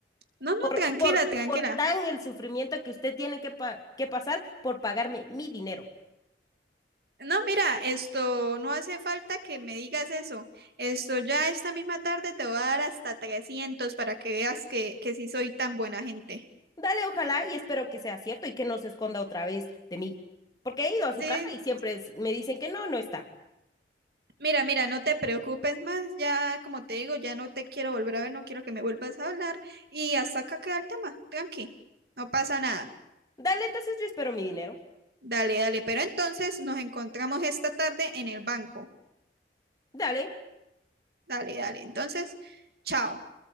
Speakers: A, on the right; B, on the left.
A: No, no,
B: por,
A: tranquila,
B: por,
A: tranquila.
B: por tan el sufrimiento que usted tiene que, pa- que pasar por pagarme mi dinero.
A: No, mira, esto no hace falta que me digas eso. Esto ya esta misma tarde te voy a dar hasta 300 para que veas que, que sí soy tan buena gente.
B: Dale, ojalá, y espero que sea cierto y que no se esconda otra vez de mí. Porque he ido a su
A: Sí,
B: casa y siempre es- me dicen que no, no está.
A: mira, mira, no te preocupes más. Ya, como te digo, ya no te quiero volver a ver, no quiero que me vuelvas a hablar. Y hasta acá queda el tema. Tranqui, no pasa nada.
B: Dale, entonces yo espero mi dinero.
A: Dale, dale. Pero entonces nos encontramos esta tarde en el banco.
B: Dale.
A: Dale, dale. Entonces, chao.